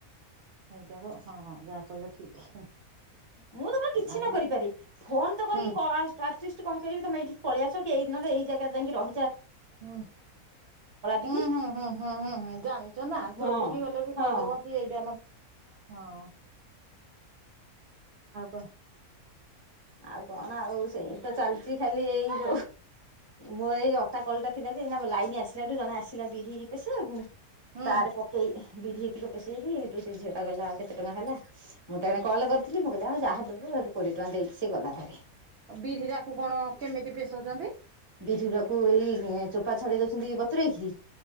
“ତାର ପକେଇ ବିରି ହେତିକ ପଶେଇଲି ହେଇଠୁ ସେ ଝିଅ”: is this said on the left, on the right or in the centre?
Right